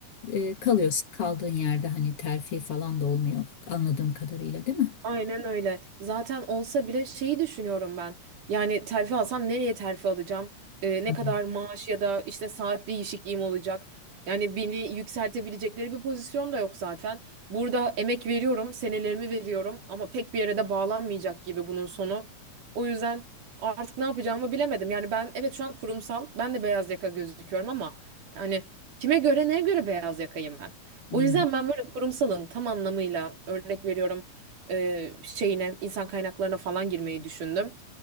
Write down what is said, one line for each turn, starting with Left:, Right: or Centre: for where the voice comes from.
Left: e, kalıyorsun. Kaldığın yerde hani terfi falan da olmuyor anladığım kadarıyla değil mi?
Right: Aynen öyle. Zaten olsa bile şeyi düşünüyorum ben. Yani terfi alsam nereye terfi alacağım? Ee, ne
Left: Hı hı.
Right: kadar maaş ya da işte saat değişikliğim olacak? Yani beni yükseltebilecekleri bir pozisyon da yok zaten. Burada emek veriyorum, senelerimi veriyorum ama pek bir yere de bağlanmayacak gibi bunun sonu. O yüzden artık ne yapacağımı bilemedim. Yani ben evet şu an kurumsal, ben de beyaz yaka gözüküyorum ama yani kime göre neye göre beyaz yakayım ben?
Left: Hı
Right: O yüzden
Left: hı.
Right: ben böyle kurumsalın tam anlamıyla örnek veriyorum e, şeyine insan kaynaklarına falan girmeyi düşündüm.